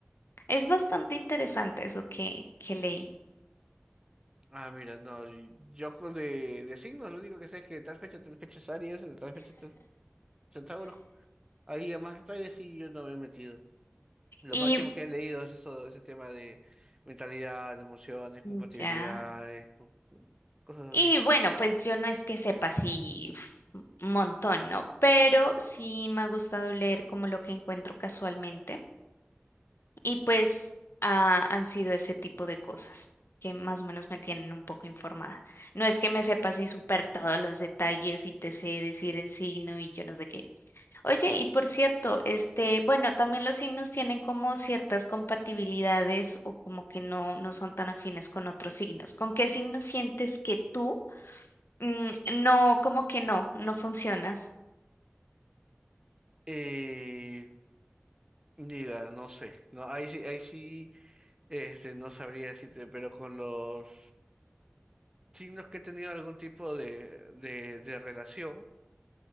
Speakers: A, on the left; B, on the right.
A: Es bastante interesante eso que, que leí.
B: Ah, mira, no, y- yo con de, de signos lo único que sé es que de tal fecha, tal fecha es Aries, de tal fecha, tal fecha Tauro. Ahí a más detalles sí yo no me he metido. Lo
A: Y
B: máximo que he leído es eso, ese tema de mentalidad, emociones,
A: mm,
B: compatibilidades,
A: ya.
B: co- cosas
A: Y
B: así.
A: bueno, pues yo no es que sepa así uf, un montón, ¿no? Pero sí me ha gustado leer como lo que encuentro casualmente. Y pues ah, han sido ese tipo de cosas que más o menos me tienen un poco informada. No es que me sepa así súper todos los detalles y te sé decir el signo y yo no sé qué. Oye, y por cierto, este, bueno, también los signos tienen como ciertas compatibilidades o como que no, no son tan afines con otros signos. ¿Con qué signo sientes que tú? Mm, no, como que no, no funcionas.
B: Eh, mira, no sé, no, ahí sí, ahí sí, este, no sabría decirte, pero con los signos que he tenido algún tipo de, de, de relación,